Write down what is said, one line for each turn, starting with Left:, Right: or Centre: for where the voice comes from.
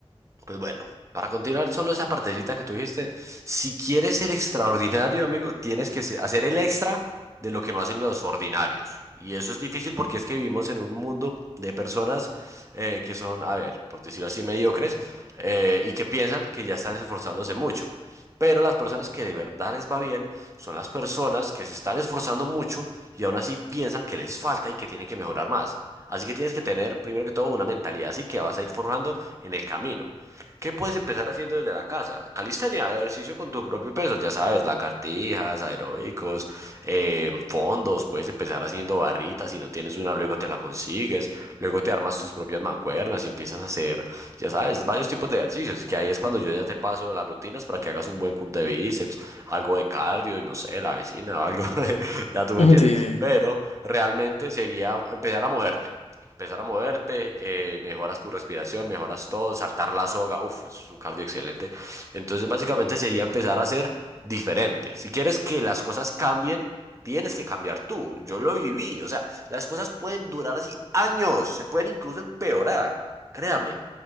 Right: Pues bueno, para continuar, solo esa partecita que tú dijiste, si quieres ser extraordinario, amigo, tienes que se- hacer el extra de lo que no hacen los ordinarios. Y eso es difícil porque es que vivimos en un mundo de personas eh, que son, a ver, por decirlo así, mediocres eh, y que piensan que ya están esforzándose mucho. Pero las personas que de verdad les va bien son las personas que se están esforzando mucho y aún así piensan que les falta y que tienen que mejorar más. Así que tienes que tener, primero que todo, una mentalidad así que vas a ir forjando en el camino. ¿Qué puedes empezar haciendo desde la casa? Calistenia, ejercicio con tu propio peso, ya sabes, lagartijas, aeróbicos, eh, fondos, puedes empezar haciendo barritas, si no tienes una, luego te la consigues, luego te armas tus propias mancuernas y empiezas a hacer, ya sabes, varios tipos de ejercicios, y que ahí es cuando yo ya te paso las rutinas para que hagas un buen curl de bíceps, algo de de cardio y no sé, la vecina o algo, <laughs> ya tú me
Left: Sí,
Right: entiendes.
Left: sí, sí.
Right: Pero realmente sería empezar a moverte, empezar a moverte, eh, mejoras tu respiración, mejoras todo, saltar la soga, uff, eso es un cardio excelente. Entonces básicamente sería empezar a ser diferente. Si quieres que las cosas cambien, tienes que cambiar tú. Yo lo viví, o sea, las cosas pueden durar así años, se pueden incluso empeorar, créame